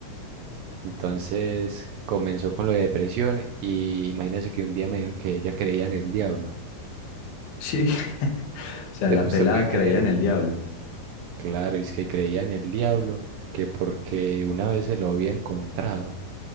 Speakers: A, on the right; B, on the left.
A: Entonces comenzó con lo de depresión y imagínese que un día me dijo que ella creía en el diablo.
B: Sí, <laughs> o sea,
A: Eh,
B: la
A: ¿Usted
B: pelada
A: puede creer
B: creía
A: eso?
B: en el diablo.
A: Claro, es que creía en el diablo, que porque una vez se lo había encontrado,